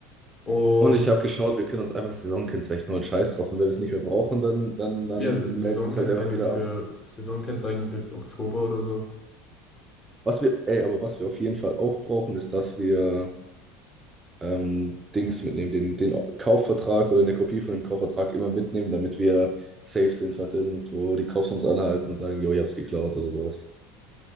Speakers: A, on the left (about 30°); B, on the right (about 25°).
A: Und
B: Und ich habe geschaut, wir können uns einfach Saisonkennzeichen holen, scheiß drauf. Und wenn wir es nicht mehr brauchen, dann, dann, dann
A: ja, S Saisonkennzeichen
B: melden wir es halt einfach wieder
A: für
B: ab.
A: Saisonkennzeichen bis Oktober oder so.
B: Was wir, ey, aber was wir auf jeden Fall auch brauchen, ist, dass wir ähm, Dings mitnehmen, den, den Kaufvertrag oder eine Kopie von dem Kaufvertrag immer mitnehmen, damit wir safe sind, falls irgendwo die Cops uns anhalten und sagen, jo, ich hab's geklaut oder sowas.